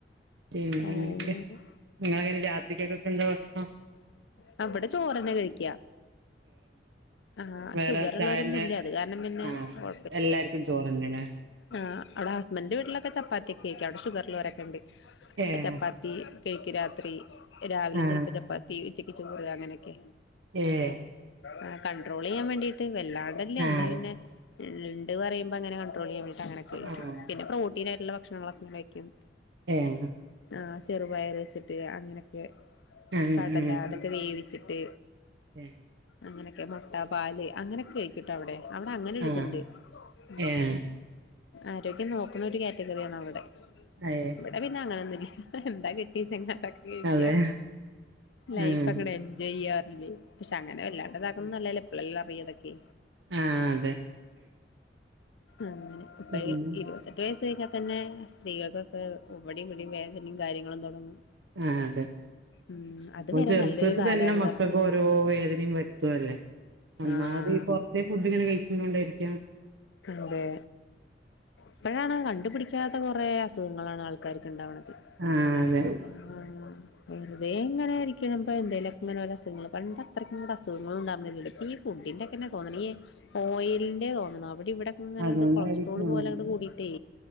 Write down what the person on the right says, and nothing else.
പിന്നെന്തൊക്കെ
നിങ്ങള രാത്രിക്കൊക്കൊക്കെ എന്താ ഭക്ഷണം
വേറെ
ചായന്റെ
ആഹ്
എല്ലാർക്കും ചോറ് ന്നെ ലേ
ഏഹ്
ആഹ്
ഏഹ്
ആഹ്
ആഹ്
ഏഹ്
ആഹ്
ആഹ്
<unintelligible>
ആഹ്
ഏഹ്
അയേ
അതെ
ആഹ്
ആഹ്, അതെ
പിന്നെ
ആ അതെ
ഇപ്പൊ,
ചെറുപ്പത്തി
തന്നെ മക്കക്ക്
ഓരോ വേദനിം വര്ത്തും ല്ലേ. ഒന്നാമത്
ഈ പൊറത്തെ ഫുഡിങ്ങനെ കഴിക്കുന്നുണ്ടായിരിക്കും
ആ അതെ
അതുകൊണ്ടായിരിക്കും